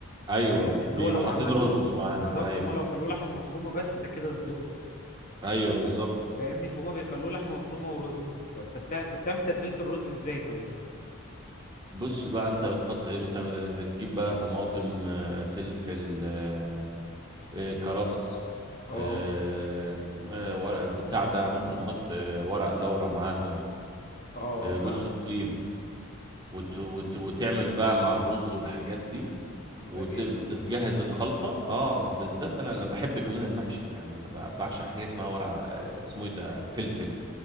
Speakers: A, on the right; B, on the left.
A: ايوه
B: فاهمني ان
A: بيبقى
B: هو لو
A: حاطين
B: عملوه
A: رز معاها
B: بالظبط
A: ايوه
B: هما لو خلوه لحمه مفرومه بس ده كده صدق
A: ايوه بالظبط
B: فاهمني فهم بيخلوه لحمه مفرومه ورز فانت بتاع انت بتعمل تتبيله الرز ازاي طيب
A: بص بقى انت بتحط ايه انت بتجيب بقى طماطم آه، فلفل آه، آه، كرفس
B: اه
A: آه، آه، ورق بتاع ده ممكن نحط آه، ورق لورا معاهم
B: اه اه
A: آه،
B: فاهمك
A: جوز الطيب وت... وت... وتعمل بقى مع الرز والحاجات دي
B: بيبقى
A: وتجهز
B: جامد ده
A: الخلطه اه وبالذات انا اللي بحب كمان المحشي يعني انا ب- بعشق حاجه اسمها ورق آه، اسمه ايه ده الفلفل